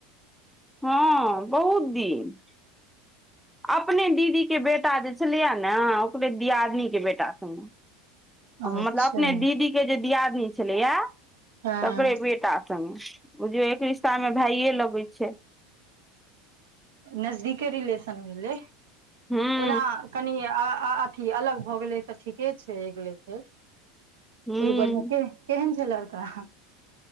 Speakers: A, in the centre; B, on the right.
A: हँ अ बहुत दिन। अपने दीदीे के बेटा जे छेलैये ने ओकरे दियादनी के बेटा संगे।
B: अच्छा
A: मतलब अपने दीदी के जे दियादनी छलैये
B: हँ
A: तकरे बेटा, बुझियौ एक रिश्ता में भायये लगै छै।
B: नजदीके रिलेशन भेलै।
A: हूँ
B: ओना कनि अ- अ-अथी अलग भऽ गेलै तऽ ठीके छै एक लेखे।
A: हूं
B: चलू बढ़ियां के, केहेन छै लड़का?